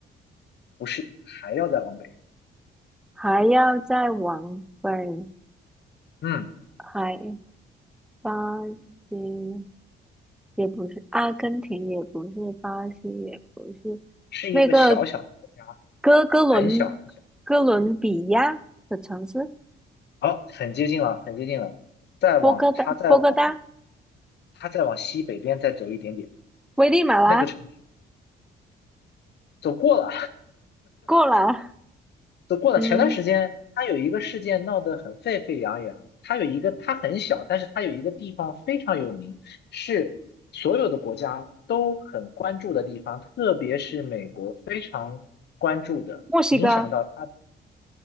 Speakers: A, on the left (about 60°); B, in the centre.
A: 不是，还要再往北，
B: 还要再往北，
A: 嗯，
B: 还巴西也不是，阿根廷也不是，巴西也不是，
A: 是一个小小的国家，
B: 那个哥哥伦
A: 很小很小，
B: 哥伦比亚的城市，
A: 好，很接近了，很接近了，再往它再往
B: 波哥大，波哥大，
A: 它再往西北边再走一点点。
B: 危地马拉，
A: 那个城市。走过了，
B: 过了，
A: 走过了。
B: 嗯，
A: 前段时间他有一个事件闹得很沸沸扬扬，他有一个他很小，但是他有一个地方非常有名，是所有的国家都很关注的地方，特别是美国非常关注的，
B: 墨西哥。
A: 影响到他